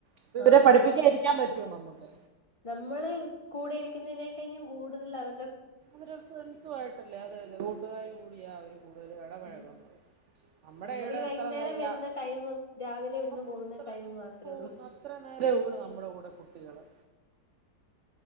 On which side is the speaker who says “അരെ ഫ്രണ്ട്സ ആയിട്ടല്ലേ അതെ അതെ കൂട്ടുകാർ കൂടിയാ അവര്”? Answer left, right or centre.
Right